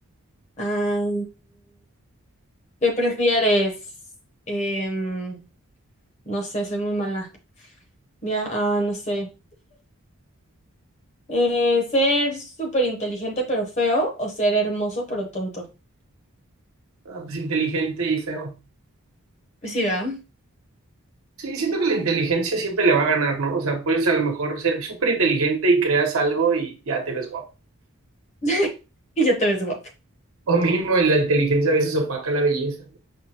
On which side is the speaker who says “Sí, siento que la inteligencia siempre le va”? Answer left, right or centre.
Right